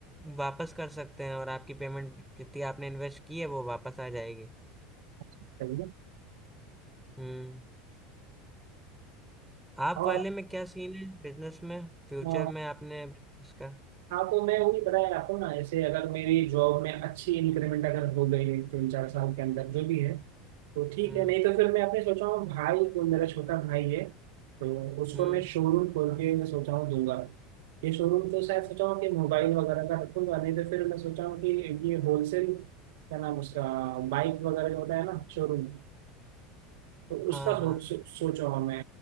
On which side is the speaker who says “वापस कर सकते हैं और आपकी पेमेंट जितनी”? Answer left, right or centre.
Centre